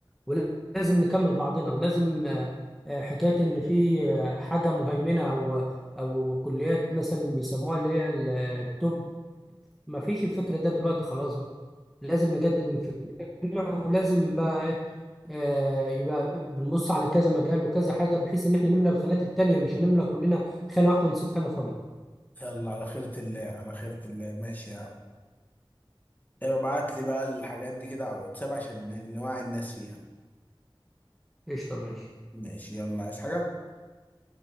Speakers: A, in the centre; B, on the left.
A: ولازم نكمل بعضنا ولازم آه، آه، حكاية ان في آه، حاجة مهيمنة او او كليات مثلا بيسموها اللي هي ال- التوب ما فيش الفكرة ده دلوقتي خلاص بقى لازم نجدد من فكرنا ولازم بقى إيه، آه، يبقى بنبص على كذا مجال وكذا حاجه بحيث ان احنا نملى الخانات التانيه مش هنملى كلنا خانه واحده ونسيب خانه فاضيه
B: يلا على خيرة الله على خيرة الله ماشي يا عم يبقى ابعت لي بقى الحاجات دي كده على الواتساب عشان نوعي الناس فيها
A: قشطه ماشي
B: ماشي يلا عايز حاجة